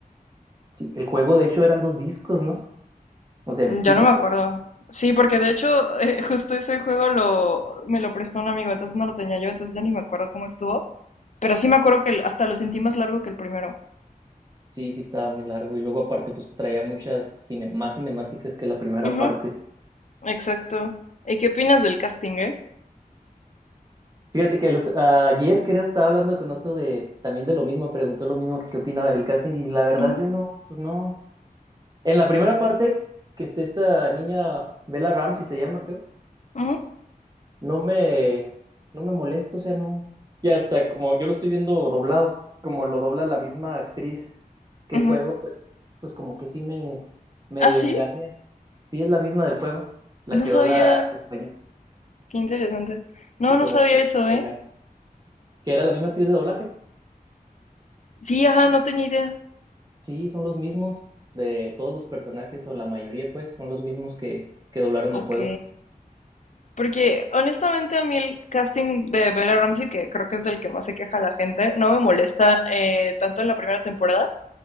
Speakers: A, on the right; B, on the left.
A: Sí, el juego, de hecho, eran dos discos, ¿no? O sea,
B: Mm,
A: en
B: Ya
A: físico.
B: no me acuerdo. Sí, porque de hecho, eh, justo ese juego lo, me lo prestó un amigo, entonces no lo tenía yo, entonces ya ni me acuerdo cómo estuvo. Pero sí me acuerdo que el- hasta lo sentí más largo que el primero.
A: Sí, sí, estaba muy largo. Y luego, aparte, pues traía muchas cine- más cinemáticas que la primera
B: Ujú,
A: parte.
B: exacto. ¿Y qué opinas del casting, eh?
A: Fíjate que el otro- ayer, creo, estaba hablando con otro de también de lo mismo, preguntó lo mismo que qué opinaba del casting. Y la verdad,
B: Ujú,
A: yo no, pues no. En la primera parte, que esté esta niña, Bella Ramsey se llama, creo.
B: ujú,
A: no me, no me molesto, o sea, no. Y hasta como yo lo estoy viendo doblado, como lo dobla la misma actriz que
B: ujú.
A: el juego, pues, pues como que sí me medio
B: Ah, sí,
A: engaña. Sí es la misma del juego, la
B: no
A: que
B: sabía.
A: dobla en español,
B: Qué interesante. No,
A: y como
B: no sabía
A: que
B: eso,
A: te
B: ¿eh?
A: engaña. Que era la misma actriz de doblaje.
B: Sí, ajá, no tenía idea.
A: Sí, son los mismos de todos los personajes, o la mayoría, pues, son los mismos que, que doblaron
B: Ok.
A: el juego.
B: Porque honestamente a mí el casting de Bella Ramsey, que creo que es del que más se queja la gente, no me molesta eh, tanto en la primera temporada,